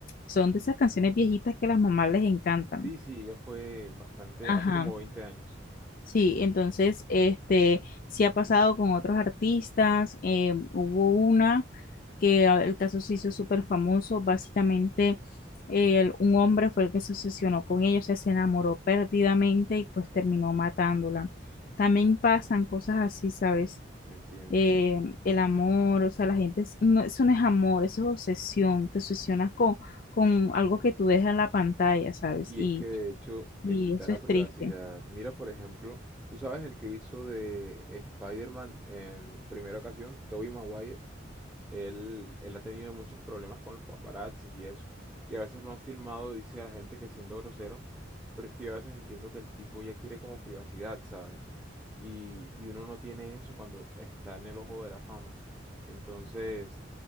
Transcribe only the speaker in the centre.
Sí, sí, ella fue bastante, hace
como 20 años.
Entiendo.
Y
es que de hecho
te quita
la
privacidad.
Mira, por ejemplo, tú sabes el que hizo de Spider-Man en primera ocasión, Tobey Maguire. Él, él ha tenido muchos problemas con los paparazzis y eso. Y a veces lo han filmado, dice a la gente que siendo grosero, pero es que yo a veces entiendo que el tipo ya quiere como privacidad, ¿sabes? Y, y uno no tiene eso cuando está en el ojo de la fama. Entonces,